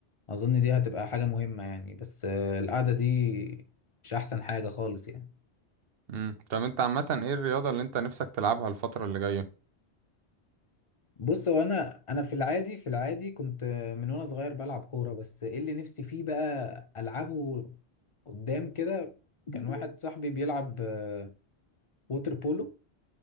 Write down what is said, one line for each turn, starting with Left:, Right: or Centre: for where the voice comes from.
Left: أظن دي هتبقى حاجة مهمة يعني بس آه، القعدة دي مش أحسن حاجة خالص يعني
Right: امم طب انت عامة ايه الرياضة اللي انت نفسك تلعبها الفترة اللي جاية
Left: بص هو أنا أنا في العادي في العادي كنت آه، من وأنا صغير بلعب كورة بس إيه اللي نفسي فيه بقى ألعبه قدام كده كان <laughs> واحد صاحبي بيلعب آه، ووتر بولو